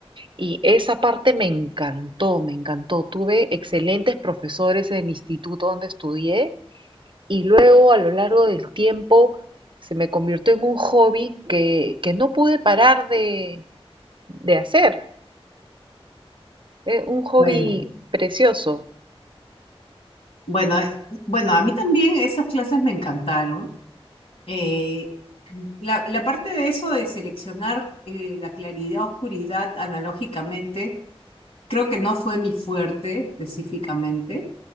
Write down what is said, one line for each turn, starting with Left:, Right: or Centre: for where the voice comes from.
Right: Y esa parte me encantó, me encantó. Tuve excelentes profesores en el instituto donde estudié y luego a lo largo del tiempo se me convirtió en un hobby que, que no pude parar de, de hacer. Es un hobby
Left: Bueno,
Right: precioso,
Left: Bueno, eh, bueno, a mí también esas clases me encantaron. Eh, la, la parte de eso de seleccionar eh, la claridad, oscuridad analógicamente, creo que no fue mi fuerte específicamente,